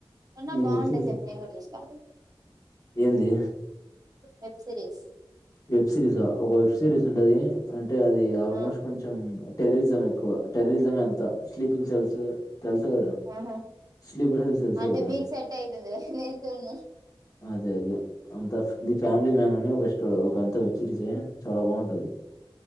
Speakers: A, on the right (about 40°); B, on the left (about 40°).
A: అన్న
B: నేను
A: బాగుంటే
B: వెబ్ సిరీస్
A: చెప్పు నేను కూడా చూస్తా
B: ఏంది
A: వెబ్ సిరీస్
B: వెబ్ సిరీస్ ఆ ఒక సిరీస్ ఉంటది అంటే అది ఆల్మోస్ట్
A: ఆ
B: కొంచెం టెరరిజం ఎక్కువ టెరరిజం అంత స్లీపింగ్ సెల్స్ తెలుసు కదా
A: ఆహా
B: స్లీపర్ హెల్త్ తెలుసు
A: అంటే
B: కదా
A: మీకు సెట్ అయితుంది నేను చూడను
B: అదే అదే అంత ఫ్యామిలీ మ్యాన్ అని ఒక ఒక అంత వెబ్ సిరీస్ ఏ చాలా బాగుంటది